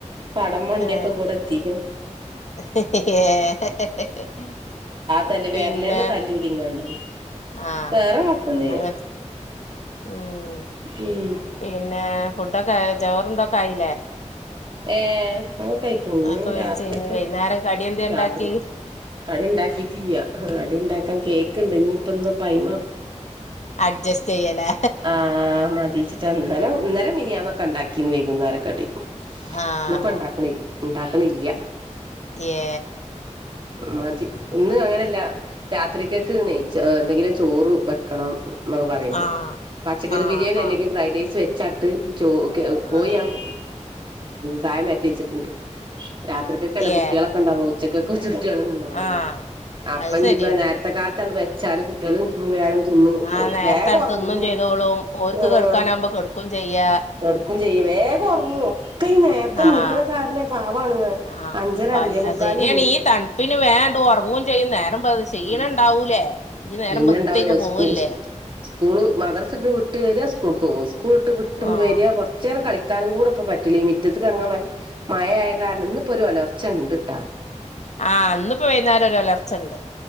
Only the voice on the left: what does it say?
ഏ
ഏ
പിന്നെ
ആഹ്
അതങ്ങനെ ഉം
പിന്നെ ഫുഡൊക്ക ആയോ ചോറ് തൊക്കെ ആയിലേ
അതൊക്കെ
വെയിച്ച്
കഴിഞ്ഞ് വൈന്നേരം കടി എന്തേ ഉണ്ടാക്കി
അഡ്ജസ്റ്റ് ചെയ്യലേ
ആഹ്
യേ
ആഹ്
ആഹ്
ആഹ്
ആഹ്
ഏ
ആഹ്
അത്
ശരിയാണ്
ആ നേരത്തണ്ട്
തിന്നും ചെയ്തോളും ഓര്ക്ക്
കെടക്കാനാവുമ്പോ കെടക്കും ചെയ്യാ
ആഹ്
ആഹ്
അല്ല ശരിയാണ്
ഈ തണ്പ്പിന് വേണ്ടൊറങ്ങും ചെയ്യും നേരം വെള്ത്താ ക്ഷീണണ്ടാവൂലെ
ഈ നേരം
വെള്ത്തേയ്ക്ക് പോവല്ലേ
ആഹ്
ആഹ് ഇന്നിപ്പം വൈന്നാരം ഒരു ഒലർച്ചണ്ട്